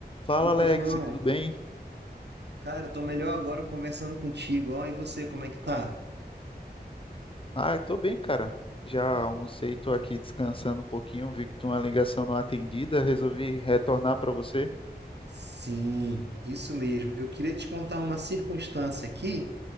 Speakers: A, on the left (about 30°); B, on the right (about 85°).
A: Fala
B: Opa,
A: Alex,
B: João.
A: tudo bem?
B: Cara, tô melhor agora conversando contigo. Ó, e você, como é que tá?
A: Ah, eu tô bem, cara. Já almocei, tô aqui descansando um pouquinho, vi que tinha uma ligação não atendida, resolvi retornar para você.
B: Sim, isso mesmo. Eu queria te contar uma circunstância aqui